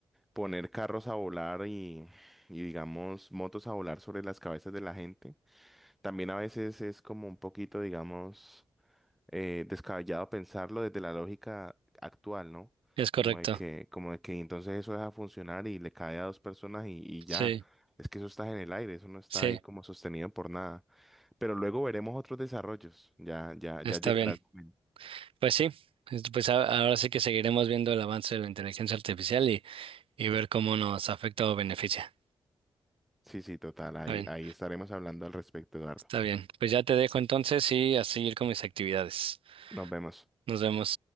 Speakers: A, in the centre; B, on the right.
A: poner carros a volar y, y, digamos, motos a volar sobre las cabezas de la gente, también a veces es como un poquito, digamos, eh, descabellado pensarlo desde la lógica actual, ¿no?
B: Es correcto.
A: Como de que, como de que entonces eso deja funcionar y le cae a dos personas y, y ya.
B: Sí,
A: Es que eso está en el aire, eso no está
B: sí,
A: ahí como sostenido por nada. Pero luego veremos otros desarrollos. Ya, ya,
B: está
A: ya llegará
B: bien.
A: el momento.
B: Pues sí, es- pues a- ahora sí que seguiremos viendo el avance de la inteligencia artificial y, y ver cómo nos afecta o beneficia.
A: Sí, sí, total. Ahí,
B: Está bien,
A: ahí estaremos hablando al respecto, Eduardo.
B: está bien. Pues ya te dejo entonces y a seguir con mis actividades.
A: Nos vemos.
B: Nos vemos.